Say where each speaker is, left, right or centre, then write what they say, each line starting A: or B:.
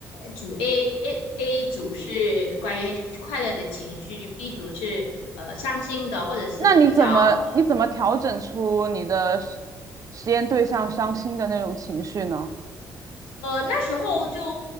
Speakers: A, on the left; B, on the right.
A: 组 A A A 组是关于快乐的情绪，B 组是呃伤心的或者是比较
B: 那你怎么你怎么调整出你的实实验对象伤心的那种情绪呢？
A: 呃，那时候就